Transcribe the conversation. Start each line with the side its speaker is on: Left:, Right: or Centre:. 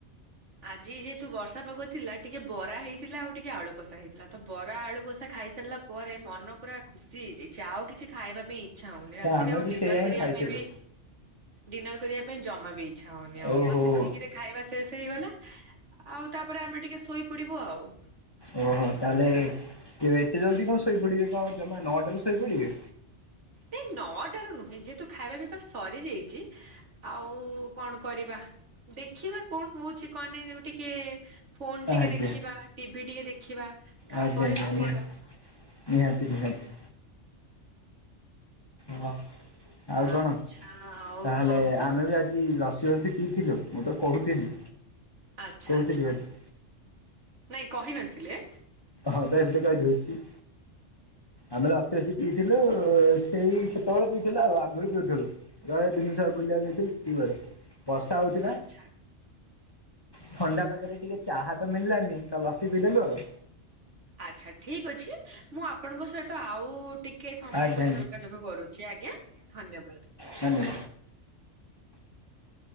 Right: ଆଜି ଯେହେତୁ ବର୍ଷା ପାଗ ଥିଲା ଟିକେ ବରା ହେଇଥିଲା ଆଉ ଟିକେ ଆଳୁ କଷା ହେଇଥିଲା ତ ବରା ଆଳୁ କଷା ଖାଇସାରିଲା ପରେ ମନ ପୁରା ଖୁସି ହେଇଯାଇଛି ଆଉ କିଛି ଖାଇବା ପାଇଁ ଇଛା ହଉନି ରାତିରେ
Left: ତ ଆମେ
Right: ଆଉ
Left: ବି
Right: ଡିନର
Left: ସେଇଆ ହିଁ
Right: କରିବା
Left: ଖାଇଥିଲୁ
Right: ପାଇଁ ବି ଡିନର କରିବା ପାଇଁ ଜମା ବି ଇଚ୍ଛା ହଉନି ଆଉ
Left: ଓହୋ
Right: ତ ସେତିକିରେ ଖାଇବା ଶେଷ ହେଇଗଲା। ଆଉ ତାପରେ ଆମେ ଟିକେ ଶୋଇପଡିବୁ ଆଉ।
Left: ଓହୋ ତାହେଲେ ଏତେ ଜଲ୍ଦି କଣ ଶୋଇପଡ଼ିବେ କଣ ଜମା ନଅଟାରୁ ଶୋଇପଡ଼ିବେ।
Right: ଏଇ ନଅଟାରୁ ନୁହେଁ ଯେହେତୁ ଖାଇବା ପିଇବା ସରିଯାଇଛି ଆଉ କଣ କରିବା ଦେଖିବା କଣ ହଉଛି କଣ ନାଁ ତେବେ ଟିକେ ଫୋନ ଟିକେ
Left: ଆଜ୍ଞା
Right: ଦେଖିବା ଟିଭି ଟିକେ ଦେଖିବା ତାପରେ
Left: ଆଜ୍ଞା ଆଜ୍ଞା
Right: ଶୋଇବା।
Left: ନିହାତି ନିହାତି ନିହାତି। ହଁ
Right: ଆଚ୍ଛା
Left: ଆଉ କଣ
Right: ଆଉ
Left: ତାହେଲେ
Right: କଣ କୁହନ୍ତୁ?
Left: ଆମେ ବି ଆଜି ଲସି ଫସି ପିଇଥିଲୁ। ମୁଁ ତ କହୁଥିଲି
Right: ଆଚ୍ଛା
Left: କହୁଥିଲି ବୋଧେ?
Right: ନାଇଁ କହି ନଥିଲେ।
Left: ହଁ ତ ଏବେ କହିଦଉଛି। ଆମେ ଲସି ଫସି ପିଇଥିଲୁ ସେଇ ସେତେବେଳେ ପିଇଥିଲା ଆଉ ଆଗରୁ ପିଉଥିଲୁ ତଳେ ବିନ୍ଦୁସ ବୁଲିବାକୁ ଯାଇଥିଲୁ ସେତିକି ବେଳେ। ବର୍ଷା ହଉଥିଲା।
Right: ଆଚ୍ଛା।
Left: ଥଣ୍ଡା ପାାଗରେ ଟିକେ ଚାହା ତ ମିଳିଲାନି ତ ଲସି ପି ଦେଲୁ ଆଉ।
Right: ଆଚ୍ଛା ଠିକ୍ ଅଛି ମୁଁ ଆପଣଙ୍କ ସହିତ ଆଉ ଟିକେ ସମୟ
Left: ଆଜ୍ଞା
Right: ପରେ ଯୋଗାଯୋଗ କରୁଛି ଆଜ୍ଞା ଧନ୍ୟବାଦ।
Left: ହାଲୋ।